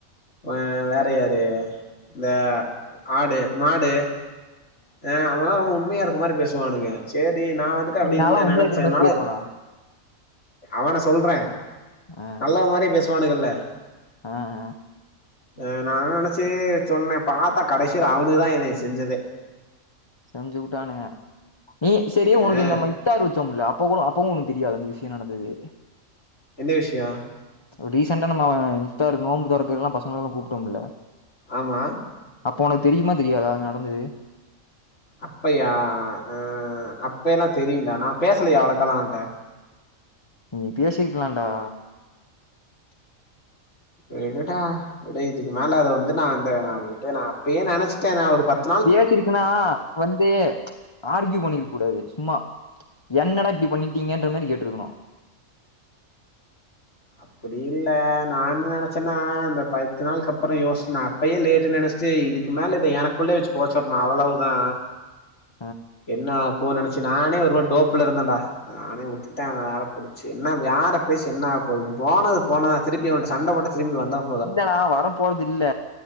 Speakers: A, on the left (about 60°); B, on the left (about 25°).
A: வே வேற யாரு இந்த ஆடு மாடு ஆ அவலா‌ ரொம்ப உண்மையா இருக்க மாரி பேசுவானுங்க சேரி நா வந்துட் ட்டு அப்டின்னு
B: நாலா உண்மையா
A: நெனச்சே
B: இருக்கிற மாரி
A: நால
B: பேசுவனா
A: அவன சொல்ற
B: ஆ
A: நல்லவ மாரி பேசுவானுங்கல்ல
B: ஆ ஆ
A: அ நானு நெனச்சி சொன்னே பாத்தா கடைசில அவனுங்கதா எனைய செஞ்சதே
B: செஞ்சுவுட்டானுங்க‌ நீ செரி உனக்கு
A: ஆ
B: இந்தம இட்டாரு வச்சோம்ல அப் ப்ப கூட அப்பவு உனுக் தெரியாத அந்த விஷ்யோ நடந்தது
A: எந்த விஷ்ய
B: டீசண்டா நம்ம அவ மித்தாருகு நோம்பு தொறக்கறலா பசங்களலா கூப்டமில்ல
A: ஆமா
B: அப்ப ஒனக்கு தெரியுமா தெரியாதா நடந்தது
A: அப்பயா ஆ அ அப்பையெல்லா தெரியுன்டா நா பேசலயே அவளக்காலா அவன்ட்ட
B: நீ பேசிர்க்லான்டா
A: விடுடா விடு இதுக்கு மேல அத‌ வந்து நா அந்த நா விட்டு நா அப்பியே நெனச்ட்ட நா‌ ஒரு பத்
B: நீ பேசிருக்கினா வந் து ஆர்கியூ பண்ணிருக் கூடாது சும்மா என்னடா இப்டி பண்ணிட்டீங்கன்ற மாரி கேட்ருக்குனு
A: அப்பிடி இல்ல நா என்ன நெனச்சன்னா அந்தப் பத்து நாள்க்கப்பற யோஸ்ச் நா அப்பையே லேட்டுன் நெனச் சே இதுக்கு மேல இத எனக்குள்ளே வச்சு போச்சுர்னு அவ்ளவுதா
B: <inaudible>
A: என்ன போ நெனச்சி நானே ஒரு மாரி டோப்புலருந்தன்டா நானே உட்டுட்ட அத வேறப் புடிச்சி என்னா வேறப் பேசி என்னாப் போதும் போனது போனா திருப்பி அவன்ட்ட சண்டப் போட்ட திரும்பி வந்தாப்
B: இல்லடா வரப்போறதில்ல